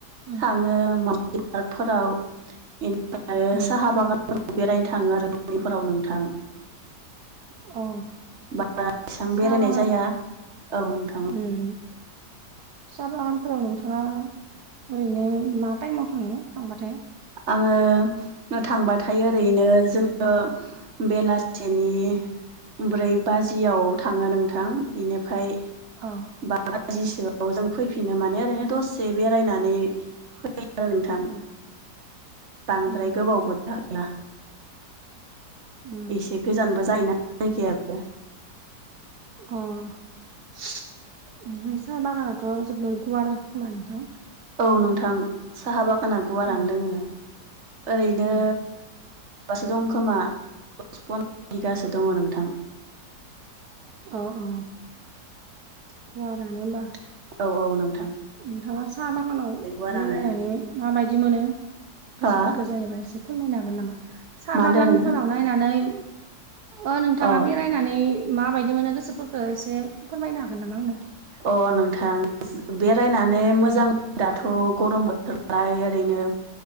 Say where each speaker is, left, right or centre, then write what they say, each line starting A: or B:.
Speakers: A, on the right; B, on the right.
A: उम
B: थाङो माबि पार्कफोरावनिफ्राय आरो
A: उम
B: साहा बागान फोराव बेरायनो थाङो आरो दुबैफोराव नोंथां।
A: अ
B: बारा एसेबां
A: साहा
B: बेरायनाय
A: बागान
B: जाया औ नोंथां
A: उम। साहा बागानफोराव नोंथाङा ओरैनो मा टाइमाव थाङो थांबाथाय।
B: आङो थांबाथायायो ओरैनो जोङो बेलासिनि ब्रै बाजियाव थाङो नोंथां बेनिफ्राय
A: अ
B: बा बाजिसोआव जों फैफिनो माने ओरैनो दसे बेरायनानै फै आरो नोंथां।
A: अ
B: बांद्राय
A: उम
B: गोबावबो थाखया।
A: उम
B: एसे गोजानबो जायोना जायगायाबो।
A: अ ओमफाय साहा बागानावथ' जोब गुवार होमा नोंथां?
B: औ नोंथां साहा बागाना गुवारानो
A: उम
B: दोङो ओरैनो
A: उम
B: बासो दं खोमा दस पन बिगासो दङ नोंथां।
A: अ अ गुवारानो होमबा।
B: औ औ नों
A: नोंथाङा साहा बागानाव
B: गुवारानो
A: बेरायनानै माबायदि मोनो
B: हा
A: गोसोफोरखौ जेनेबा एसे फोरमायनो हागोन नामा साहा
B: मा
A: बागानफोराव
B: होनदों नोंथां
A: नायनानै ओ नोंथाङा
B: औ
A: बे रायनानै माबायदि मोनो गोसोफोरखौ एसे फोरमायनो हागोन नामा आंनो।
B: अ नोंथां बेरायनानै मोजां
A: उम
B: दाथ' गरमबो थोरहाय ओरैनो